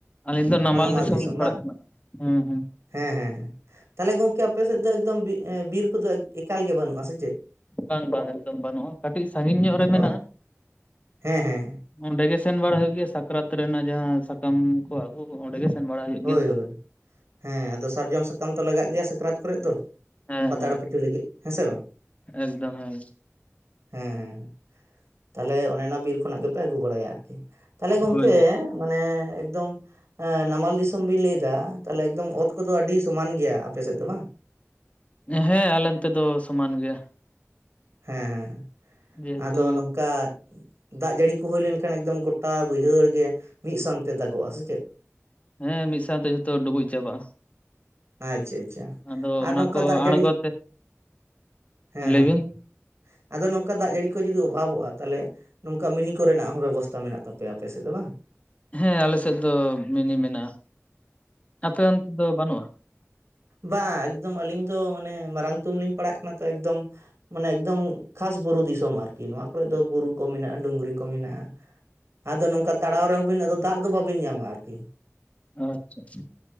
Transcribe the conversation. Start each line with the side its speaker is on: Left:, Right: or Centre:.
Left: ᱟᱹᱞᱤᱧ ᱫᱚ ᱱᱟᱢᱟᱞ
Right: ᱦᱚᱱᱚᱢᱟᱞ
Left: ᱫᱤᱥᱚᱢ ᱞᱤᱧ ᱯᱟᱲᱟᱜ
Right: ᱵᱟᱝ
Left: ᱠᱟᱱᱟ ᱦᱩᱸ ᱦᱩᱸ᱾
Right: ᱦᱮᱸ ᱦᱮᱸ ᱦᱮᱸ, ᱛᱟᱦᱚᱞᱮ ᱜᱚᱝᱠᱮ ᱟᱯᱮ ᱥᱮᱫ ᱫᱚ ᱮᱠᱫᱚᱢ ᱵᱤᱨ ᱠᱚᱫᱚ ᱮᱠᱟᱞ ᱜᱮ ᱵᱟᱹᱱᱩᱜ-ᱟ ᱥᱮ ᱪᱮᱫ?
Left: ᱵᱟᱝ ᱵᱟᱝ ᱮᱠᱫᱚᱢ ᱵᱟᱹᱱᱩᱜ-ᱟ ᱠᱟᱹᱴᱤᱡ ᱥᱟᱜᱤᱧ ᱧᱚᱜ ᱨᱮ ᱢᱮᱱᱟᱜ-ᱟ᱾
Right: ᱚ ᱦᱮᱸ ᱦᱮᱸ
Left: ᱚᱸᱰᱮ ᱜᱮ ᱥᱮᱱ ᱵᱟᱲᱟ ᱦᱩᱭᱩᱜ ᱜᱮᱭᱟ ᱥᱟᱠᱨᱟᱛ ᱨᱮᱱᱟᱜ ᱡᱟᱦᱟᱸ ᱥᱟᱠᱟᱢ ᱠᱚ ᱟᱹᱜᱩ ᱦᱚ ᱚᱸᱰᱮ ᱜᱮ᱾ ᱥᱮᱱ ᱵᱟᱲᱟ ᱦᱩᱭᱩᱜ
Right: ᱦᱳᱭ
Left: ᱜᱮᱭᱟ
Right: ᱦᱳᱭ, ᱦᱮᱸ ᱟᱫᱚ ᱥᱟᱨᱡᱚᱢ ᱥᱟᱠᱟᱢ ᱛᱚ ᱞᱟᱜᱟᱜ ᱜᱮᱭᱟ ᱥᱟᱠᱨᱟᱛ ᱠᱚᱨᱮ ᱫᱚ᱾
Left: ᱦᱮᱸ
Right: ᱯᱟᱛᱲᱟ
Left: ᱦᱮᱸ
Right: ᱯᱤᱴᱷᱟᱹ ᱞᱟᱹᱜᱤᱫ ᱦᱮᱸ ᱥᱮ ᱵᱟᱝ?
Left: ᱮᱠᱫᱚᱢ ᱦᱮᱸ
Right: ᱦᱮᱸ ᱦᱮᱸ ᱛᱟᱦᱚᱞᱮ ᱚᱱᱮ ᱚᱱᱟ ᱵᱤᱨ ᱠᱷᱚᱱᱟᱜ ᱜᱮᱯᱮ ᱟᱹᱜᱩ ᱵᱟᱲᱟᱭᱟ ᱟᱨᱠᱤ ᱛᱟᱦᱚᱞᱮ ᱜᱚᱝᱠᱮ
Left: ᱦᱳᱭ
Right: ᱢᱟᱱᱮ ᱮᱠᱫᱚᱢ ᱱᱟᱢᱟᱞ ᱫᱤᱥᱚᱢ ᱫᱤᱥᱚᱢ ᱵᱤᱱ ᱞᱟᱹᱭ ᱮᱫᱟ ᱛᱟᱦᱚᱞᱮ ᱮᱠᱫᱚᱢ ᱚᱛ ᱠᱚᱫᱚ ᱟᱹᱰᱤ ᱥᱚᱢᱟᱱ ᱜᱮᱭᱟ ᱟᱯᱮ ᱥᱮᱫ ᱫᱚ ᱵᱟᱝ᱾
Left: ᱦᱮᱸ ᱟᱞᱮ ᱚᱱᱛᱮ ᱫᱚ ᱥᱚᱢᱟᱱ ᱜᱮᱭᱟ᱾
Right: ᱦᱮᱸ ᱦᱮᱸ
Left: ᱡᱮᱦᱮᱛᱩ
Right: ᱟᱫᱚ ᱱᱚᱝᱠᱟ ᱫᱟᱜ ᱡᱟᱹᱲᱤ ᱠᱚ ᱦᱩᱭ ᱞᱮᱱᱠᱷᱟᱱ ᱮᱠᱫᱚᱢ ᱜᱚᱴᱟ ᱵᱟᱹᱭᱦᱟᱹᱲ ᱜᱮ ᱢᱤᱫ ᱥᱟᱶᱛᱮ ᱫᱟᱜᱚᱜᱼᱟ ᱥᱮ ᱪᱮᱫ?
Left: ᱦᱮᱸ ᱢᱤᱫ ᱥᱟᱶᱛᱮ ᱡᱷᱚᱛᱚ ᱰᱩᱵᱩᱡᱽ ᱪᱟᱵᱟᱜᱼᱟ᱾
Right: ᱟᱪᱪᱷᱟ ᱟᱪᱪᱷᱟ
Left: ᱟᱫᱚ
Right: ᱟᱨ
Left: ᱚᱱᱟ
Right: ᱱᱚᱝᱠᱟ
Left: ᱠᱚ
Right: ᱫᱟᱜ ᱡᱟᱹᱲᱤ
Left: ᱟᱬᱜᱚ ᱛᱮ
Right: ᱦᱮᱸ
Left: ᱞᱟᱹᱭᱵᱤᱱ
Right: ᱦᱮᱸ, ᱟᱫᱚ ᱱᱚᱝᱠᱟ ᱫᱟᱜ ᱡᱟᱹᱲᱤ ᱠᱚ ᱡᱩᱫᱤ ᱚᱵᱷᱟᱵᱚᱜᱼᱟ ᱛᱟᱦᱚᱞᱮ ᱱᱚᱝᱠᱟ ᱢᱤᱱᱤ ᱠᱚᱨᱮᱱᱟᱜ ᱦᱚᱸ ᱵᱮᱵᱚᱥᱛᱷᱟ ᱢᱮᱱᱟᱜ ᱛᱟᱯᱮᱭᱟ ᱟᱯᱮ ᱥᱮᱫ ᱫᱚ ᱵᱟᱝ?
Left: ᱦᱮᱸ ᱟᱞᱮ ᱥᱮᱫ ᱫᱚ ᱢᱤᱱᱤ ᱢᱮᱱᱟᱜᱼᱟ, ᱟᱯᱮ ᱚᱱᱛᱮ ᱫᱚ ᱵᱟᱹᱱᱩᱜᱼᱟ?
Right: ᱵᱟ ᱮᱠᱫᱚᱢ ᱟᱞᱤᱧ ᱫᱚ ᱢᱟᱱᱮ ᱢᱟᱨᱟᱝ ᱛᱩᱝ ᱞᱤᱧ ᱯᱟᱲᱟᱜ ᱠᱟᱱᱟ ᱛᱚ ᱮᱠᱫᱚᱢ, ᱢᱟᱱᱮ ᱮᱠᱫᱚᱢ ᱠᱷᱟᱥ ᱵᱩᱨᱩ ᱫᱤᱥᱚᱢ ᱟᱨᱠᱤ ᱱᱚᱣᱟ ᱠᱚᱨᱮ ᱫᱚ ᱵᱩᱨᱩ ᱠᱚ ᱢᱮᱱᱟᱜᱼᱟ ᱰᱩᱝᱨᱤ ᱠᱚ ᱢᱮᱱᱟᱜᱼᱟ᱾ ᱟᱫᱚ ᱱᱚᱝᱠᱟ ᱛᱟᱲᱟᱣ ᱨᱮᱦᱚᱸᱵᱤᱱ ᱟᱫᱚ ᱫᱟᱜ ᱫᱚ ᱵᱟᱹᱵᱤᱱ ᱧᱟᱢᱟ ᱟᱨᱠᱤ᱾
Left: ᱟᱪᱪᱷᱟ